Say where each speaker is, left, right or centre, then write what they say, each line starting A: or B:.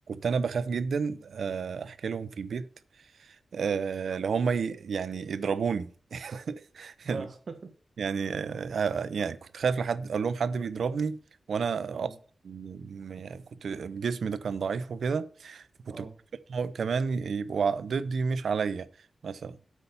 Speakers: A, on the right; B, on the right.
A: انا بخاف جدا آه، احكي لهم في البيت آه، اللي هم ي... يعني يضربوني <laughs>
B: اه
A: اللي
B: <laughs>
A: يعني آه، آه، يعني كنت خايف لحد اقول لهم حد بيضربني وانا
B: اه
A: اصلا م- يعني كنت جسمي ده كان ضعيف وكده فكنت
B: اه
A: بخاف كمان يبقوا ع- ضدي مش عليا مثلا